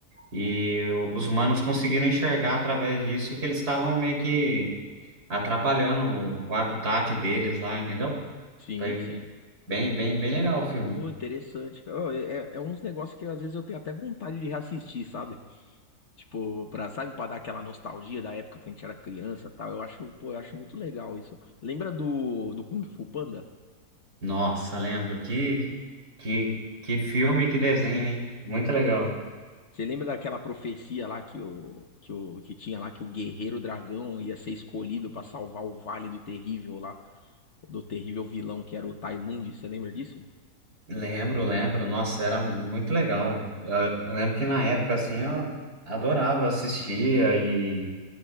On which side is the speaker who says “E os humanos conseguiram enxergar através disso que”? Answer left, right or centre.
Right